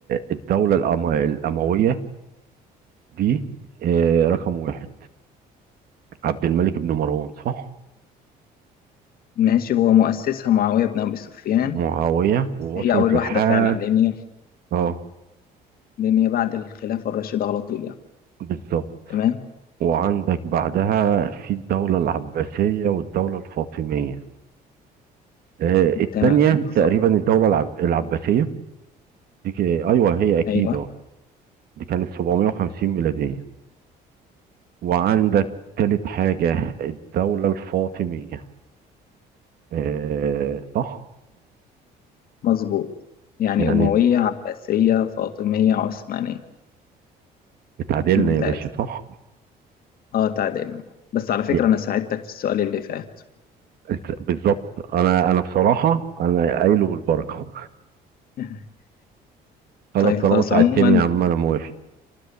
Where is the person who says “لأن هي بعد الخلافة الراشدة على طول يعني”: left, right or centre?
Left